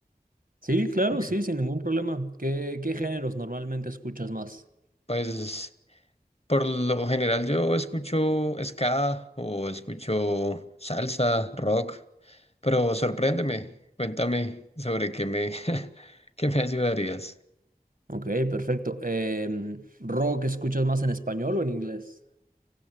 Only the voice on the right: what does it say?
Sí, claro,
sí, sin ningún problema. ¿Qué, qué géneros normalmente escuchas más?
Ok, perfecto. Em, ¿rock escuchas más en español o en inglés?